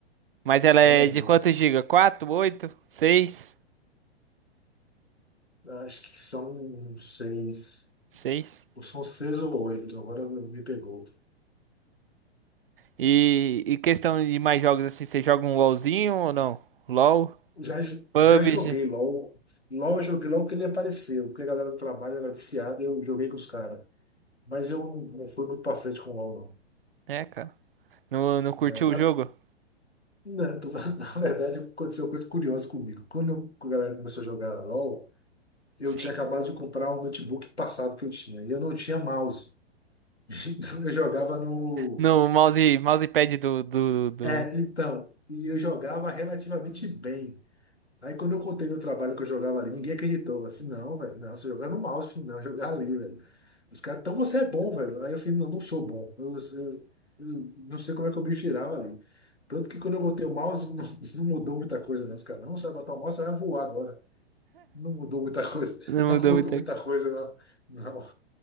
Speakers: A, on the right (about 55°); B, on the left (about 85°).
A: Mas ela
B: Meu
A: é
B: amigo,
A: de quantos giga? Quatro, oito, seis,
B: acho que são seis,
A: seis.
B: ou são seis ou oito, agora me pegou.
A: E, e questão de mais jogos assim, você joga um LOLzinho ou não? LOL?
B: Já,
A: PUBG?
B: já joguei LOL. LOL eu joguei logo que ele apareceu, porque a galera do trabalho era viciada e eu joguei com os caras. Mas eu não não fui muito pra frente com o LOL,
A: É, cara. Não, não curtiu
B: não. É,
A: o jogo?
B: a- na, tu- <laughs> na verdade, aconteceu uma coisa curiosa comigo. Quando eu- a galera começou a jogar LOL, eu
A: Sim.
B: tinha acabado de comprar um notebook passado que eu tinha. E eu não tinha mouse. <laughs> Então eu jogava no.
A: No mouse, mousepad do, do, do...
B: É, então. E eu jogava relativamente bem. Aí quando eu contei no trabalho que eu jogava ali, ninguém acreditou. Eu falei, não, velho, não, você jogar no mouse, eu não, jogar ali, velho. Os caras, então você é bom, velho. Aí eu falei, não, não sou bom. Eu, eu- eu não sei como é que eu me virava ali. Tanto que quando eu botei o mouse, <laughs> não, não mudou muita coisa, não. Os caras, não, você vai botar o mouse, você vai voar agora. Não mudou muita coisa.
A: Não
B: <laughs> Não
A: mudou
B: mudou
A: muita
B: muita
A: coisa.
B: coisa, não. Não.